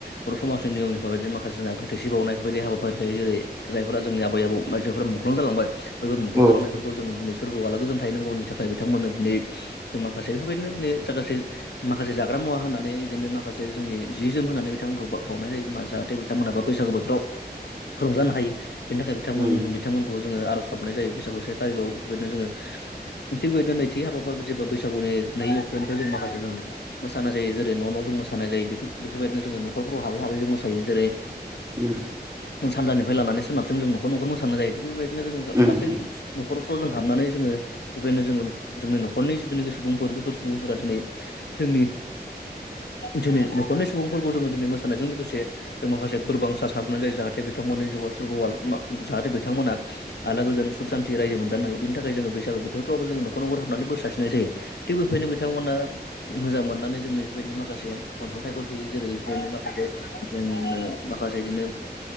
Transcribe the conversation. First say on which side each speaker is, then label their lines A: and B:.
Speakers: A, on the left; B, on the right.
A: बर' समाजनि नियमनिफोराददि माखासे जों गो थैसि बावनायफोरबायदि हाबा। जायो जेरै जायफोरा जोंनि आबै आबौ मानसिफोरा मुंख्लं जालांबाय बफोर मुंख्लं
B: औ
A: जालांनायफोर जोङो दिनै सोरगोआव आलाो गोजोन थैनांगौनि थाखाय बिथांमोननो दिनै जों माखासे बेफोरबायदिनो दिनै जाखासे। माखासे जाग्रा मुवा होननानै बिदिनो माखासे जोंनि जि जोम होनानै बिथांमोनखौ ब बावउनाय जायो जाहाथे। बिथांमोनाबो बैसागु बोथोराव रंजानो हायो बेनि थाखाय बिथांमोन।
B: उम
A: बिथांमोनखौ जोङो आर'ज गाबनाय जायो बैसागु से थारिखआव बेफोर बायदिनो जोङो। थिग बेबायदिनो नैथि हाबाफफोर जेबा बैसागुनि नै अक्ट'निफ्राय जों माखासे ज मोसानाय जायो जेरै न' न' जों मोसानाय जायो बेफोरबायदिनो जोङो न'खरफ्राव हाबै हाबै जों मोसायो जेरै
B: उम।
A: जों सानजानिफ्राय लानानै सोनाबजों जों नखर न'खर मोसानाय जायो थिग बेबायदिनो जोङो
B: उम
A: गासै
B: उम
A: न'खरफ्राव जों हाबनानै जोङो बेबायदिनो जोङो जोंनि न'खरनि जिथुनाखि सुबुंफोर बैफोर सुबुंफोरा दिनै जोंनि जोंनि न'खरनि सुबुंफोरखौ जोङो दिनै मोसानायजों लोगोसे जों माखासे बोरबांसा साबनाय जायो जाहाथे बिथांमोननि जिउआ सोरगा जाहाथे बिथांमोना आला गोजोनु सुख सान्थि रायजो मोनजानो हायो बिनि थाखाय जो बैसागु बोथोरफ्रावबो जोङो नखर'खर हाबनानै बो सारसिनाय जायो। थिग बेफायनो बिथांमोना मोजां मोननानै जोंनो बेफोरबायदिनो माखासे अनसुंथाइफोर होैयो। जेरै बेफोरबायदिनो माखासे जोंनो माखासे बिदिनो